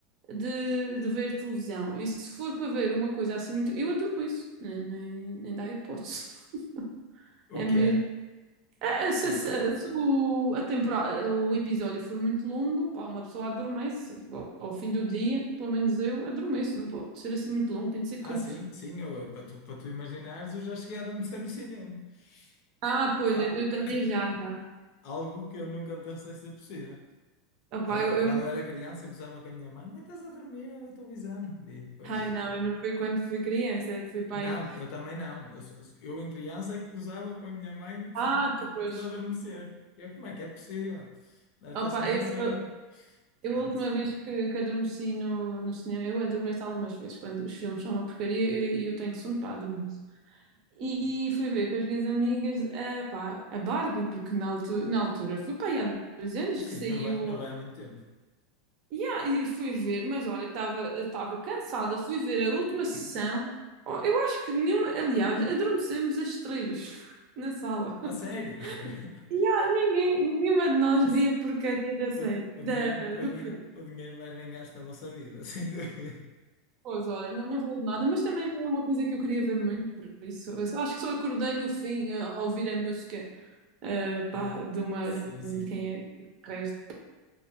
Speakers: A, on the right (about 50°); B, on the left (about 55°).
A: de, de ver televisão. E se for para ver uma coisa assim muito. Eu adoro isso, nem, nem, nem dá hipótese. <laughs> É
B: O
A: mesmo.
B: que é?
A: Ah,
B: Desculpa.
A: Se, se- se o, a temporada, o episódio for muito longo, pá, uma pessoa adormece ao, ao fim do dia, pelo menos eu adormeço, não pode ser assim muito longo, tem de ser curto.
B: Ah, sim, sim, eu- para tu, para tu imaginares, eu já cheguei a adormecer no cinema. Porta-
A: Ah, pois,
B: ah,
A: eu, eu também já, já.
B: algo que eu nunca pensei ser possível.
A: Opá,
B: Aliás,
A: eu, eu
B: quando
A: me-
B: eu era criança, eu gozava com a minha mãe, "Ah, estás a dormir a ver televisão. E depois,
A: Ai, não, eu não fui quando fui criança, fui para
B: não,
A: aí.
B: eu também não. Eu, só- eu em criança é que gozava com a minha mãe <laughs> por,
A: Ah,
B: por,
A: depois.
B: por adormecer.
A: pois.
B: E eu, como é que é possível? Dar-te
A: Opá,
B: assim
A: eu,
B: a sono.
A: eu, eu
B: Pronto.
A: a última vez que, que adormeci no, no cinema, eu adormeço algumas vezes, quando os filmes são uma porcaria e eu, eu tenho sono para adormecer. E fui ver com as minhas amigas a, pá, a Barbie, porque na altura, na altura foi pá, aí há dois anos
B: Sim,
A: que saiu.
B: não vai, não vai há muito tempo.
A: E, ah, e fui ver, mas olha, estava estava cansada. Fui ver a última sessão. Oh, Eu acho que nenhuma, aliás, adormecemos as três na sala.
B: A
A: <laughs>
B: sério.
A: E ah,
B: <laughs>
A: ninguém, nenhuma de nós
B: Isso-
A: via porcaria da série,
B: O, o
A: da,
B: dinheiro, o,
A: do filme.
B: din- o dinheiro mais bem gasto da vossa vida, <laughs> sem dúvida.
A: Pois olha, não, não valeu de nada, mas também não é uma coisa que eu queria ver muito, por isso. eu só- acho que só acordei no fim a, a ouvir a música. Uh, pá,
B: Ah,
A: de uma,
B: sim,
A: já não
B: sim.
A: lembro de quem é, de resto,